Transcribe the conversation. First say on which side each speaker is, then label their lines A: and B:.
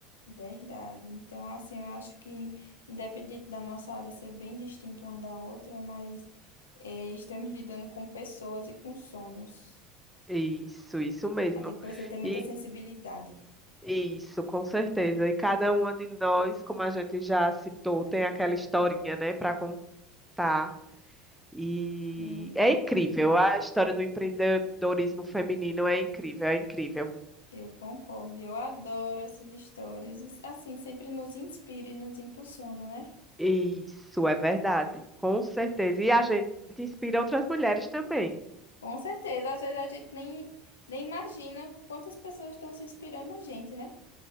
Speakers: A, on the left; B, in the centre.
A: verdade. Então, assim, eu acho que, independente da nossa área ser bem distinta uma da outra, mas eh, estamos lidando com pessoas e com sonhos.
B: Isso, isso mesmo.
A: A gente precisa ter muita
B: E
A: sensibilidade.
B: isso, com certeza. E cada uma de nós, como a gente já citou, tem aquela historinha, né, para contar. E
A: Sim,
B: é incrível. A história do empreendedorismo feminino é incrível, é incrível.
A: eu concordo. Eu adoro essas histórias. E, Assim, sempre nos inspira e nos impulsiona, né?
B: Isso é verdade, com certeza. E a gente inspira outras mulheres também.
A: Com certeza, às vezes a gente nem, nem imagina quantas pessoas estão se inspirando na gente, né?